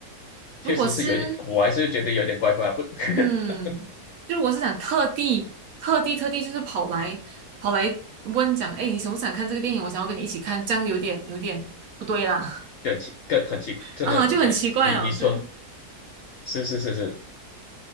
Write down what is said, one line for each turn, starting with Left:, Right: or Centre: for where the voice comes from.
Left: 确实是有一点，
Right: 如果是
Left: 我还是觉得有点怪怪，不，<laughs>
Right: 嗯，就如果是想特地特地特地就是跑来跑来问讲，诶，你想不想看这个电影？我想要跟你一起看，这样有点有点不对啦。
Left: 就很奇，更很奇，怪，真的很不对。
Right: 啊，就很奇怪了，
Left: 你你说
Right: 真
Left: 是是是是，